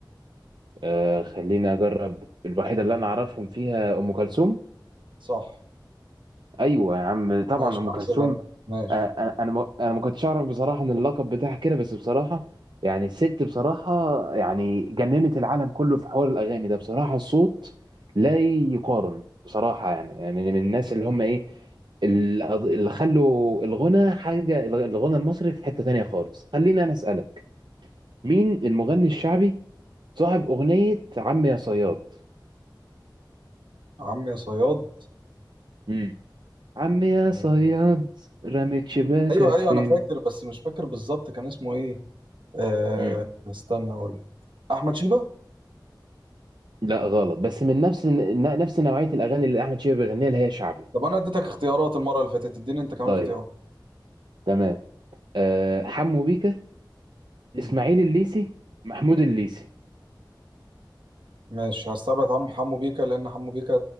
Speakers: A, on the right; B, on the right.
A: آه خليني اجرب الوحيده اللي انا اعرفهم فيها ام كلثوم
B: صح
A: ايوه يا عم طبعا
B: ماشي
A: ام
B: هحسبها
A: كلثوم
B: لك. ماشي
A: آه آه، انا ما- انا ما كنتش اعرف بصراحه ان اللقب بتاعها كده بس بصراحه يعني الست بصراحه يعني جننت العالم كله في حوار الاغاني ده بصراحه الصوت لا يقارن بصراحه يعني من من الناس اللي هم ايه ال- اللي خلوا الغنى حاجة الغنى المصري في حتة تانية خالص خلينا أنا أسألك مين المغني الشعبي صاحب أغنية عم يا صياد
B: عم يا صياد
A: امم عم يا
B: آه،
A: صياد رميت شباكك
B: ايوه ايوه
A: فين
B: انا فاكر بس مش فاكر بالظبط كان اسمه ايه آه،
A: امم
B: استنى اقول لك احمد شيبة
A: لا غلط بس من نفس ن- نفس نوعية الأغاني اللي أحمد شيبة بيغنيها اللي هي شعبي
B: طب انا اديتك اختيارات المره اللي فاتت اديني انت كمان
A: طيب
B: اختيارات
A: تمام أه حمو بيكا
B: مم.
A: إسماعيل الليسي محمود الليسي
B: ماشي هستبعد عم حمو بيكا لان حمو بيكا